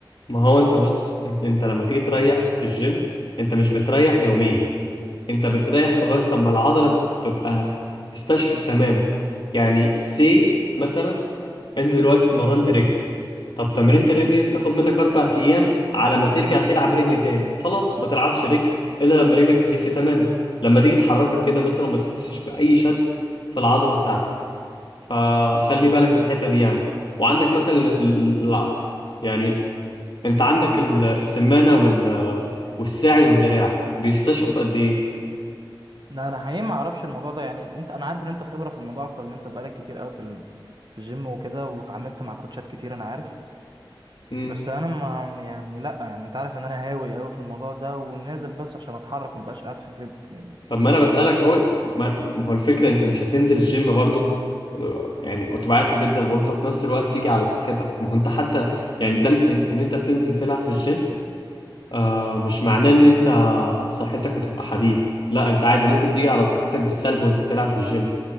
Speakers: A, on the left; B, on the right.
A: ما هو انت بص انت, انت لما تيجي تريح في الجيم انت مش بتريح يومين انت بتريح لغاية لما العضلة تبقى استشفت تماما يعني سي مثلا انت دلوقتي اتمرنت رجل طب تمرينة الرجل
B: آه.
A: دي بتاخد منك اربع ايام على ما ترجع تلعب رجل تاني خلاص ما تلعبش رجل الا لما رجلك تخف تماما لما تيجي تحركها كده مثلا وما تحسش باي شد في العضلة بتاعتك فخلي بالك من الحتة دي يعني وعندك مثلا ال... ال- يعني انت عندك ال- السمانة وال... والساعد والدراع بيستشفوا في قد
B: لا انا حقيقي ما اعرفش الموضوع ده يعني انت انا عارف ان انت خبره في الموضوع اكتر ان انت بقالك كتير قوي في ال... في الجيم وكده واتعاملت مع كوتشات كتير انا عارف
A: ايه
B: بس انا ما يعني لا يعني انت عارف ان انا هاوي قوي في الموضوع ده ونازل بس عشان اتحرك ما بقاش قاعد في البيت يعني
A: طب ما انا
B: زي
A: بسألك
B: البروف
A: اهو
B: يعني
A: ما ما هو الفكرة انت مش هتنزل الجيم برضو يعني وتبقى قاعد في البيت زي البورتو وفي نفس الوقت تيجي على صحتك ما هو انت حتى يعني ده ان, إن انت بتنزل تلعب في الجيم آه مش معناه ان انت صحتك هتبقى حديد لا انت عادي ممكن تيجي على صحتك بالسلب وانت بتلعب في الجيم